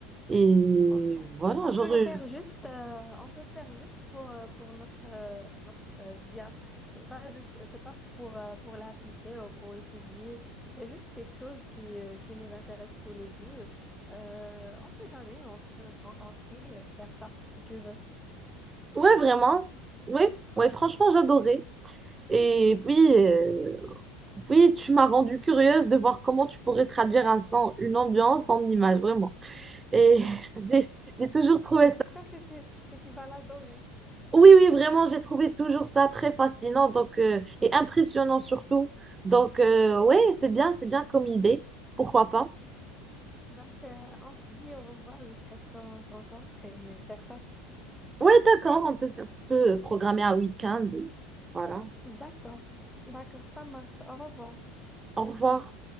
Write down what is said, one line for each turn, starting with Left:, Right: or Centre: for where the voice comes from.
Right: Et
Centre: Oh,
Right: voilà,
Centre: On
Right: j'aurais,
Centre: peut le faire juste, euh, on peut le faire juste pour, euh, pour notre, euh, notre euh, bien. C'est pas juste, c'est pas pour, euh, pour l'afficher ou pour le publier. C'est juste quelque chose qui, euh, qui nous intéresse tous les deux. Euh, on sait jamais, on peut se rencontrer et faire ça si tu veux.
Right: ouais, vraiment, ouais, ouais, franchement, j'adorais. Et puis. euh, Oui, tu m'as rendu curieuse de voir comment tu pourrais traduire un son- une ambiance en image, vraiment. Et <laughs> j'ai j'ai toujours trouvé
Centre: J'espère
Right: ça.
Centre: que tu, que tu vas l'adorer.
Right: Oui, oui, vraiment, j'ai trouvé toujours ça très fascinant donc, euh, et impressionnant surtout. Donc, euh, ouais, c'est bien, c'est bien comme idée. Pourquoi pas?
Centre: Donc, euh, on se dit au revoir jusqu'à quand on se rencontre et faire ça.
Right: Ouais, d'accord, on peut, faire- peut programmer un week-end. Voilà.
Centre: D'accord, d'accord, ça marche. Au revoir.
Right: Au revoir.